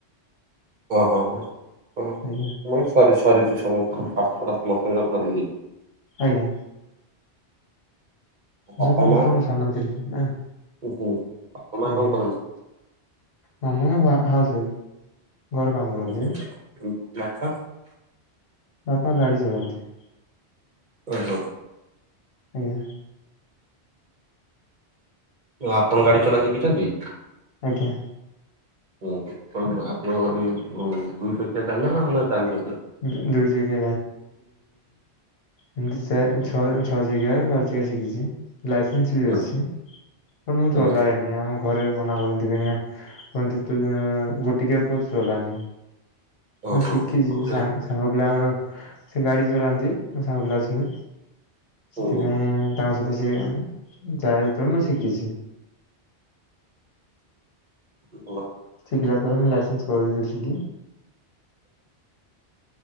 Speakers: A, on the right; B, on the left.
A: ହ ହଁ ହ ହ
B: ଆଜ୍ଞା
A: ମୁ ସରି ସରିଛି ସମସ୍ତ ପାଠପଢ଼ା ସମସ୍ତଙ୍କ ସରିଯାଇଛି।
B: ଆଜ୍ଞା।
A: ବାପା
B: ମୁଁ ସମସ୍ତଙ୍କଠୁ
A: ମା
B: ସାନ ଥିଲିଁ।
A: ଉହୁଁ ବାପା ମା
B: ଆଜ୍ଞା
A: କଣ କରନ୍ତି?
B: ମାମା ହାଉସ ୱାଇଫ। ଘର କାମ
A: <unintelligible>
B: କରନ୍ତି ବାପା ଗାଡି ଚଲାନ୍ତି।
A: ଓହୋ।
B: ଆଜ୍ଞା।
A: ଆପଣ ଗାଡି ଚଲା ଶିଖିଛନ୍ତି?
B: ଆଜ୍ଞା।
A: ହ କ ଆପଣ ଆପଣଙ୍କ ଘରେ ଦୁଇ ଚକିଆ ଯାନ ନା ଚାରି ଚକି
B: ଦୁ- ଦୁଇ ଚକିଆ ଏମତି ଚା
A: ହୁଁ
B: ଛଅ ଛଅ ଚକିଆ ବାର ଚକିଆ ଶିଖିଛି। ଲାଇସେନ୍ସ
A: ହୁଁ
B: ବି ଅଛି ବ ମୁଁ
A: ହୁଁ,
B: ଚଲାଏନି ଆମକୁ ଘରେ ମନା କରନ୍ତି କାହିଁକିନା କୁହନ୍ତି ତୁ ଗୋଟିକିଆ ପୁଅ ଚଲାନୀ।
A: ଓହୋ
B: ମୁଁ ଶିଖିଛି
A: ଓହୋ,
B: ସା ସାଙ୍ଗ ପିଲାଙ୍କର ସେ ଗାଡି ଚଳାନ୍ତି ମୋ ସାଙ୍ଗ ପିଲା ଅଛନ୍ତି।
A: ହୁଁ,
B: ସେଥିପାଇଁ ତାଙ୍କ ସହିତ ସେ ଯାଏ ଯେତେବେଳେ ମୁଁ ଶିଖିଛି।
A: ଓ
B: ଶିଖିଲା ପରେ ମୁଁ ଲାଇସେନ୍ସ କରିଦେଇଥିଲି।